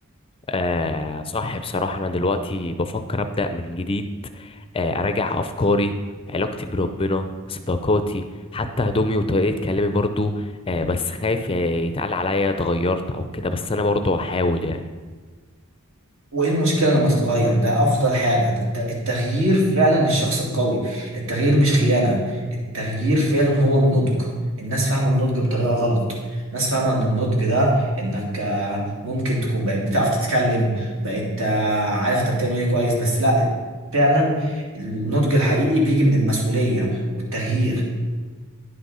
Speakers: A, on the left; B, on the right.
A: آه صح بصراحة أنا دلوقتي بفكر أبدأ من جديد آه أراجع أفكاري علاقتي بربنا صداقاتي حتى هدومي وطريقة كلامي برضو آه بس خايف يتقال عليا اتغيرت أو كده بس أنا برضو هحاول يعني
B: وايه المشكلة لما تتغير ده افضل حاجة ده الت- التغيير فعلا للشخص القوي التغيير مش خيانة التغيير فعلا هو النضج الناس فاهمة النضج بطريقة غلط الناس فاهمة ان النضج ده انك آه، ممكن تكون بقيت بتعرف تتكلم بقيت آه، عارف انت بتعمل ايه كويس بس لا فعلا النضج الحقيقي بيجي من المسؤولية والتغيير